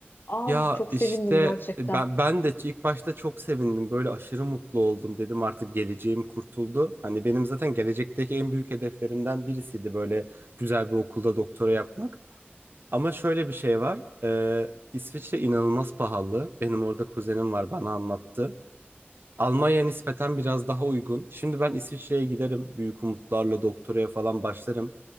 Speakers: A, on the left (about 50°); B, on the right (about 60°).
A: Ah
B: Ya
A: çok
B: işte
A: sevindim gerçekten.
B: e, ben ben de ilk başta çok sevindim. Böyle aşırı mutlu oldum dedim artık geleceğim kurtuldu. Hani benim zaten gelecekteki en büyük hedeflerimden birisiydi böyle güzel bir okulda doktora yapmak. Ama şöyle bir şey var. Ee, İsviçre inanılmaz pahalı. Benim orada kuzenim var bana anlattı. Almanya nispeten biraz daha uygun. Şimdi ben İsviçre'ye giderim. Büyük umutlarla doktoraya falan başlarım.